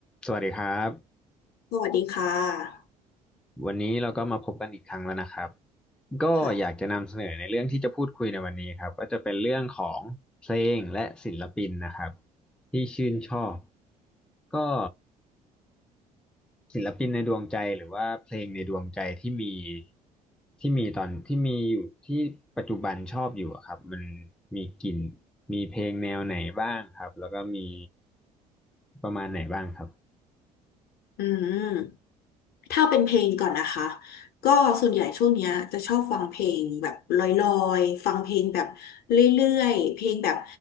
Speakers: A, in the centre; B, on the left.
A: สวัสดีครับ
B: สวัสดีค่ะ
A: วันนี้เราก็มาพบกันอีกครั้งแล้วนะครับก็อยากจะนำเสนอในเรื่องที่จะพูดคุยในวันนี้ครับก็จะเป็นเรื่องของเพลงและศิลปินนะครับ
B: ค่ะ
A: ที่ชื่นชอบก็ศิลปินในดวงใจหรือว่าเพลงในดวงใจที่มีที่มีตอนที่มีอยู่ที่ปัจจุบันชอบอยู่อะครับมันมีกลิ่นมีเพลงแนวไหนบ้างครับแล้วก็มีประมาณไหนบ้างครับ
B: อืมถ้าเป็นเพลงก่อนนะคะก็ส่วนใหญ่ช่วงเนี้ยจะชอบฟังเพลงแบบลอยๆฟังเพลงแบบเรื่อยๆเพลงแบบ